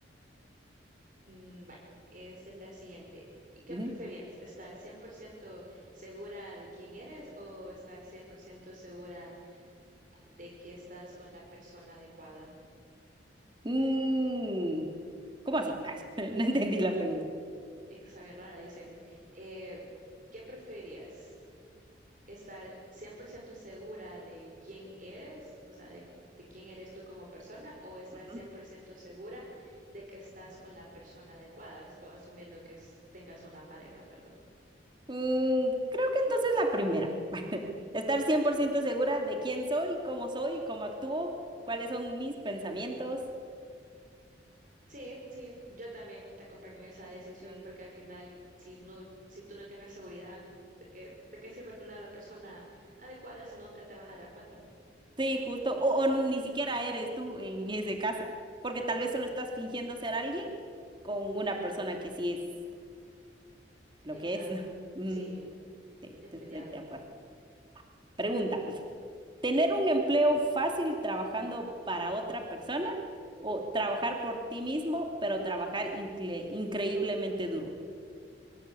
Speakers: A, on the right (about 45°); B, on the right (about 25°).
A: Mm, bye. Esa es la siguiente. ¿Y ¿Qué
B: Ujú.
A: preferías? ¿Estar 100% segura de quién eres o estar 100% segura de que estás con la persona adecuada?
B: Mm, ¿cómo así? Ay, <laughs> no entendí la pregunta.
A: es que está bien rara, dice, eh, ¿qué preferirías? ¿Estar 100% segura de quién eres, o sea, de, de quién eres tú como persona, o estar
B: Ujú.
A: 100% segura de que estás con la persona adecuada? Esto asumiendo que es- tengas una pareja, ¿verdad?
B: Mm, creo que entonces la primera. <laughs> Estar 100% segura de quién soy, cómo soy, cómo actúo, cuáles son mis pensamientos.
A: Sí, sí, yo también te acompaño en esa decisión
B: Sí,
A: porque al final, si no, si tú no tienes seguridad, ¿de qué, de qué sirve tener a la persona adecuada si no, nunca te vas a dar cuenta?
B: Sí, justo. O, o ni siquiera eres tú en ese caso, porque tal
A: E-
B: vez solo estás fingiendo ser alguien con una persona que sí es lo
A: Exacto,
B: que es. <laughs> ¿no? Mm,
A: sí,
B: sí,
A: definitivamente.
B: te- te- de acuerdo. Pregunta. ¿Tener un empleo fácil trabajando para otra persona o trabajar por ti mismo, pero trabajar incre- increíblemente duro?